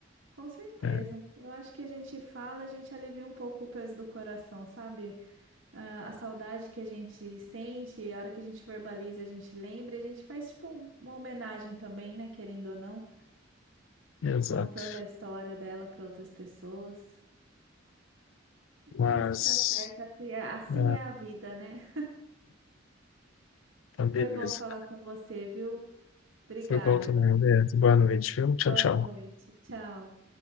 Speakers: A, on the right; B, on the left.
A: com certeza.
B: É,
A: Eu acho que a gente fala, a gente alivia um pouco o peso do coração, sabe? ah, a saudade que a gente sente, a hora que a gente verbaliza, a gente lembra, e a gente faz tipo um- uma homenagem também, né? Querendo ou não,
B: exato.
A: contando a história dela para outras pessoas.
B: Mas...
A: Mas tá certo, assim é assim
B: Ah,
A: é a vida, né?
B: tá, beleza.
A: Foi bom falar com você, viu? Obrigada.
B: Foi bom também, beleza. Boa noite, viu? Tchau,
A: Boa
B: tchau.
A: noite. Tchau.